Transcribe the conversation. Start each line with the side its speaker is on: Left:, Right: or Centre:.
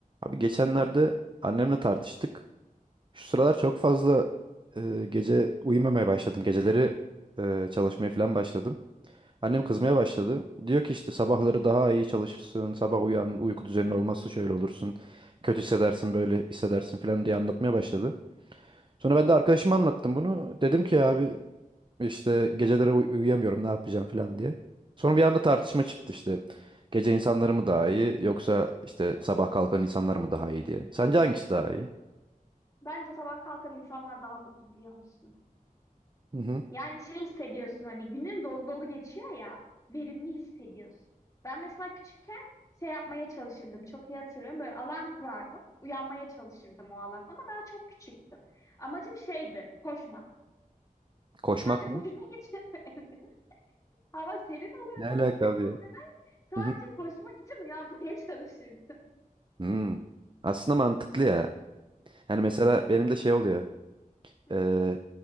Right: Abi geçenlerde annemle tartıştık. Şu sıralar çok fazla e, gece uyumamaya başladım. Geceleri e, çalışmaya falan başladım. Annem kızmaya başladı. Diyor ki işte sabahları daha iyi çalışırsın. Sabah uyan, uyku düzenin olmazsa şöyle olursun. Kötü hissedersin, böyle hissedersin falan diye anlatmaya başladı. Sonra ben de arkadaşıma anlattım bunu. Dedim ki abi işte geceleri uy- uyuyamıyorum ne yapacağım falan diye. Sonra bir anda tartışma
Left: Hı hı.
Right: çıktı işte. Gece insanları mı daha iyi yoksa işte sabah kalkan insanlar mı daha iyi diye. Sence hangisi daha iyi?
Left: Bence sabah kalkan insanlar daha mutlu biliyor musun?
Right: Hı hı.
Left: Yani şey hissediyorsun hani günün dolu dolu geçiyor ya verimli hissediyorsun. Ben mesela küçükken şey yapmaya çalışırdım çok iyi hatırlıyorum böyle alarm kurardım uyanmaya çalışırdım o alarm ama daha çok küçüktüm. Amacım şeydi koşmak.
Right: Koşmak
Left: Sadece koşmak
Right: mı?
Left: <laughs> için evet. Hava serin oluyor
Right: Ne alaka
Left: erkenden
Right: abi? ya?
Left: ve ben sadece
Right: Hı hı.
Left: koşmak için uyanmaya <laughs> çalışırdım.
Right: Hmm. Aslında mantıklı ya. Yani mesela benim de şey oluyor.
Left: Hı
Right: Ee,